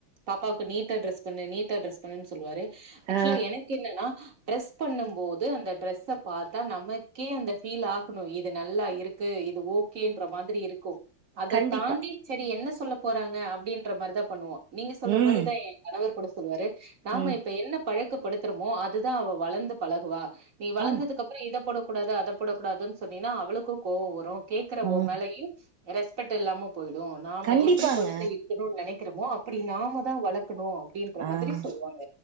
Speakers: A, on the right; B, on the right.
A: பாப்பாவுக்கு நீட்டா டிரஸ் பண்ணு நீட்டா டிரஸ் பண்ணுனு சொல்லுவாரு ஆக்சுவலா
B: ஆ
A: எனக்கு என்னன்னா ட்ரெஸ் பண்ணும் போது அந்த டிரெஸ்ஸ பார்த்தா நமக்கே அந்த ஃபீல் ஆகணும் இது நல்லா இருக் கு இது ஓகேன்ற மாதிரி இருக் கும் அதை
B: கண்டிப்பா
A: தாண்டி சரி என்ன சொல்லப் போறாங்க அப்படின்ற மாதிரிதான் பண்ணுவோம் நீங்க சொல்ற
B: ம்
A: மாதிரிதான் என் கணவர் கூட சொல் சொல்லுவாரு நாம
B: ம்
A: இப்ப என்னப் பழக்கப்படுத்துறோமோ அதுதான் அவ வளர்ந்து பழகுவா நீ வளந்ததுக்கப்புறம்
B: ஆமா
A: இதை போடக் கூடாது அதை போடக் கூடாதுனு சொன்னீன்னா அவளுக்கும் கோவம் வரும் கேக்குற
B: ம்
A: ஓன் மேலையும் ரெஸ்ட் பெக்ட் இல்லாமோ போயிடும் நாம
B: கண்டிப்பாங்க
A: எப்படி குழந்தை இருக்கணும்னு நினைக்கிறோமோ அப்ப அப்படி நாம தான் வளர்த் இருக்கணும் அப்படி இருக்கிற
B: ஆ
A: மாதிரி சொல்லுவாங்க